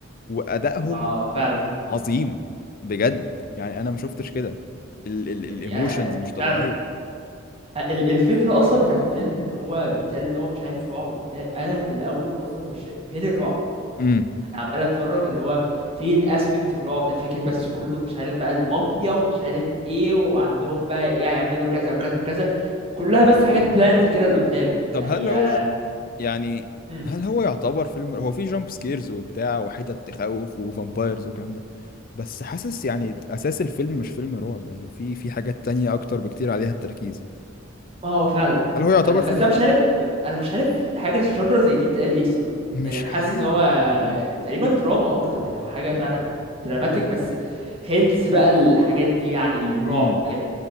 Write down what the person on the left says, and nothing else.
وادائهم
عظيم بجد يعني انا ما شفتش كده الايموشنز
مش طبيعيه
امم
طب
هل هو
يعني
هل هو يعتبر فيلم هو فيه جامب سكيرز وبتاع وحتت تخوف وفامبايرز والكلام ده بس حاسس يعني اساس الفيلم مش فيلم رعب يعني في في حاجات تانية اكتر بكتير عليها التركيز
هل هو يعتبر
فيلم
رعب
مش
عارف
يعني
امم